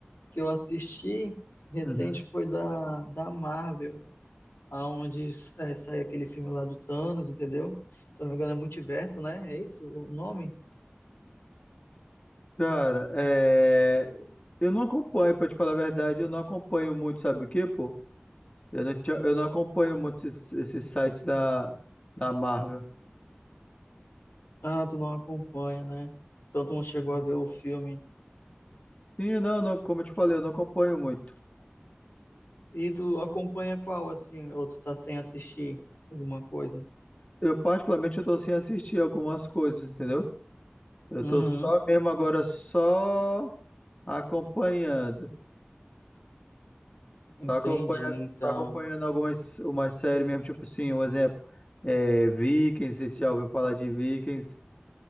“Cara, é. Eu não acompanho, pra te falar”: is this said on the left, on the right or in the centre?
Left